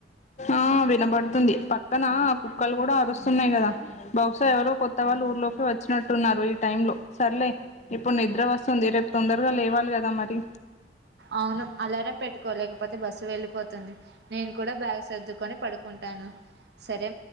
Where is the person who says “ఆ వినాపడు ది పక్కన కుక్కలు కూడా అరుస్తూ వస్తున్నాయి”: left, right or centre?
Left